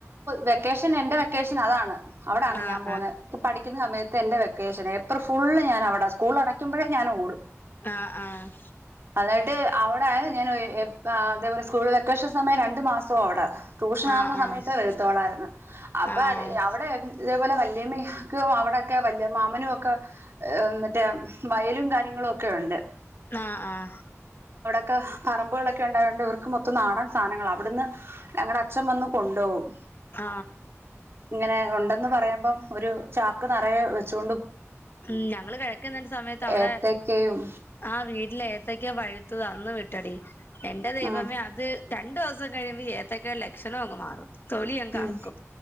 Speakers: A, on the right; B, on the left.
A: വെക്കേഷൻ എന്റെ വെക്കേഷൻ അതാണ് അവിടാണ്
B: ആഹ്
A: ഞാൻ പോകുന്നത് ഠിക്കൂന്ന സമയത്ത് എന്റെ വെക്കേഷൻഏപ്പ്രിൽ ഫുള് ഞൻ അവിടെ സ്കൂൾ അടക്കുമ്പോഴേ ഞൻ ഓടും
B: ആ ആ
A: എന്നിട്ട് അവിടെആയിങ്ങനെ ആ എപ്പോ ഇതേ പോലെ സ്കൂൾ വെക്കേഷൻ സമയം രണ്ടു മാസാ അവിടെ ട്യൂഷൻ
B: ആഹ്
A: ആകുന്ന സമയത്ത്
B: ആഹ്
A: വര അപ്പ
B: ആഹ്
A: അവിടെ ഇതേപോലെ വല്യമ്മക്ക അവിടെക്കെ വല്യമ്മ മാമനും ഓക്കെ മറ്റേ വയലും കാര്യങ്ങളും ഒക്കെ ഉണ്ട്
B: ആ ആ
A: ഒക്കെ പറമ്പുകളൊക്കെ ഉണ്ടായതൊണ്ട് ഇവർക്ക് മൊത്തം നാടൻ സാധനങ്ങളാ അവിടുന്ന് ഞങ്ങളെ അച്ഛൻ വന്ന് കൊണ്ടോകും
B: ആ
A: ഇങ്ങനെ ഉണ്ടെന്ന് പറയുമ്പം ഒരു ചാക്ക് നിറയെ വെച്ചൊ
B: ഉം ഞങ്ങള്ൾ കിഴക്കുന്ന സമയത്ത് അവിടെ
A: ഏത്തക്കയും
B: ആ വീട്ടില ഏത്തക്ക പഴുത്തതാ ഒന്ന് വിട്ടടി എന്റെ ദൈവമേ
A: ആ
B: അത് രണ്ടൂസം കഴിയുമ്പോ ഏത്തക്ക ലക്ഷണമങ്ങ് മാറും തൊലി അങ്ങ്
A: ഉം
B: കറക്കും